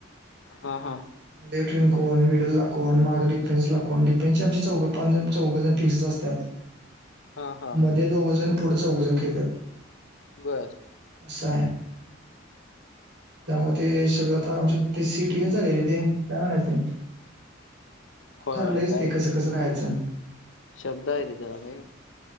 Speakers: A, on the left (about 70°); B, on the right (about 60°).
A: हा हा.
B: डेट विंग कोण, मिडल ला कोण, माग डिफेन्सला कोण, डिफेन्सची आमची चौगं पाचजण चौग फिक्स असतात.
A: हा हा
B: मध्ये दोघ जण पुढे चौघजण खेळतात.
A: बर
B: असं आहे. त्यामध्ये सगळे आता आमच्या ते सिट हे झालय रे, ते काय म्हणायच ते.
A: प-
B: ठरलंयच
A: काय
B: ते कसं
A: तरी
B: कसं
A: श-
B: राहायचं.
A: शब्द आहे रे त्याला भाई